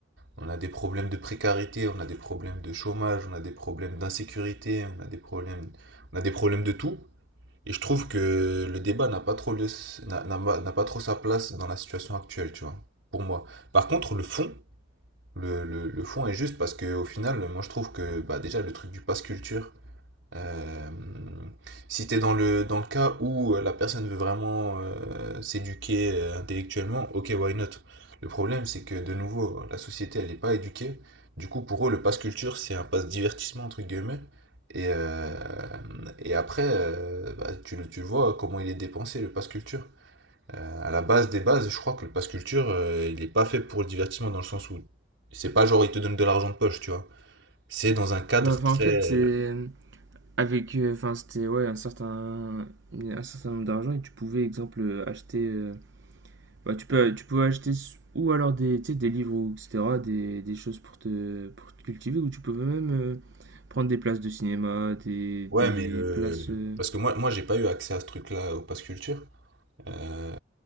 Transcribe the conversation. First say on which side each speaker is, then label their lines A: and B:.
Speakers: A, on the right; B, on the right.
A: On a des problèmes de précarité, on a des problèmes de chômage, on a des problèmes d'insécurité, on a des problèmes, on a des problèmes de tout. Et je trouve que le débat n'a pas trop lieu, n'a n'a- n'a pas trop sa place dans la situation actuelle, tu vois, pour moi. Par contre, le fond, le, le, le fond est juste parce que au final, moi je trouve que bah, déjà le truc du pass culture, euh, si tu es dans le, dans le cas où euh, la personne veut vraiment euh, s'éduquer euh, intellectuellement, ok, why not? Le problème, c'est que de nouveau, la société, elle n'est pas éduquée. Du coup, pour eux, le pass culture, c'est un pass divertissement, entre guillemets. Et, euh, et après, euh, bah, tu, le- tu le vois comment il est dépensé, le pass culture. Euh, à la base des bases, je crois que le pass culture, euh, il n'est pas fait pour le divertissement dans le sens où c'est pas genre il te donne de l'argent de poche, tu vois. C'est dans un cadre
B: Bah, enfin,
A: très,
B: en fait, c'est
A: euh,
B: avec, euh, enfin, euh, c'était ouais, un certain, un certain nombre d'argent et tu pouvais, exemple, euh, acheter, euh, bah, tu peux, tu pouvais acheter ou alors des, tu sais, des livres ou etc., des, des choses pour te, pour te cultiver ou tu pouvais même euh, prendre des places de cinéma, des,
A: Ouais,
B: des
A: mais le...
B: places, euh,
A: Parce que moi, moi j'ai pas eu accès à ce truc-là au Pass Culture. Euh,